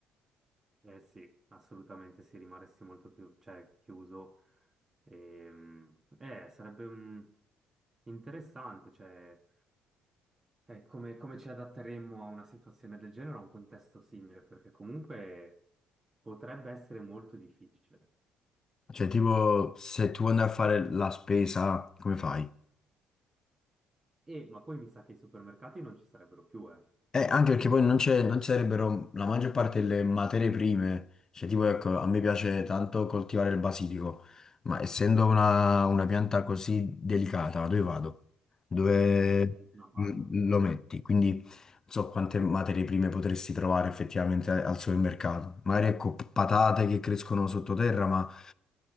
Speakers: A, on the right (about 20°); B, on the left (about 25°).
A: Eh sì, assolutamente sì, rimarresti molto più, cioè, chiuso. Ehm, eh, sarebbe mm, interessante, cioè, eh, come, come ci adatteremmo a una situazione del genere, a un contesto simile, perché comunque potrebbe essere molto difficile.
B: Cioè, tipo, se tu vuoi andare a fare la spesa, come fai?
A: E, ma poi mi sa che i supermercati non ci sarebbero più, eh.
B: Eh, anche perché poi non c'è, non ci sarebbero la maggior parte delle materie prime, cioè tipo ecco, a me piace
A: Sì.
B: tanto coltivare il basilico, ma essendo una, una pianta così delicata, dove vado? Dove
A: E
B: mm,
A: da una parte.
B: lo
A: mm.
B: metti? Quindi non so quante materie prime potresti trovare effettivamente a- al supermercato. Magari ecco p- patate che crescono sottoterra, ma